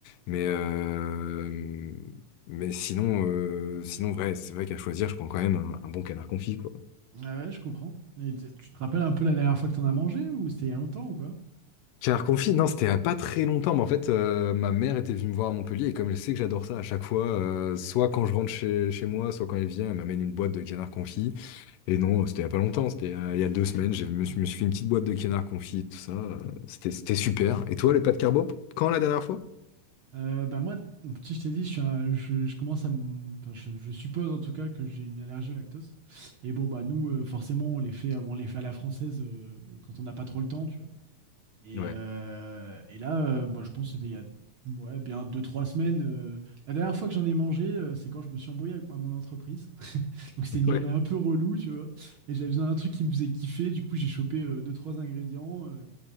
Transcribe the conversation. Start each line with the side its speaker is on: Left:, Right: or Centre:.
Left: Mais, euh, mais sinon, euh, sinon, vrai, c'est vrai qu'à choisir, je prends quand même un, un bon canard confit, quoi.
Right: Ah ouais, je comprends. Mais tu tu te rappelles un peu la dernière fois que t'en as mangé ou c'était il y a longtemps ou quoi?
Left: Canard confit, non, c'était à pas très longtemps, mais en fait, euh, ma mère était venue me voir à Montpellier, et comme elle sait que j'adore ça à chaque fois, euh, soit quand je rentre chez, chez moi, soit quand elle vient, elle m'amène une boîte de canard confit. Et non, c'était il y a pas longtemps, c'était euh, il y a deux semaines, je me suis, me suis fait une petite boîte de canard confit, tout ça. euh, c'était, c'était super. Et toi, les pâtes carbo, quand la dernière fois?
Right: Euh, bah moi, si je t'ai dit, je, suis un- je, je commence à, m- enfin, je, je suppose en tout cas que j'ai une allergie au lactose. Et bon bah nous, euh, forcément, on les fait, à- on les fait à la française euh, quand on n'a pas trop le temps, tu vois. Et,
Left: Ouais,
Right: euh, et là, euh, bah, je pense que c'était il y a ouais, bien deux trois semaines. euh, La dernière fois que j'en ai mangé, euh, c'est quand je me suis embrouillé avec ma- mon entreprise. <laughs> Donc c'était une
Left: ouais.
Right: journée un peu relou, tu vois. Et j'avais besoin d'un truc qui me faisait kiffer. Du coup, j'ai chopé euh, deux trois ingrédients. euh,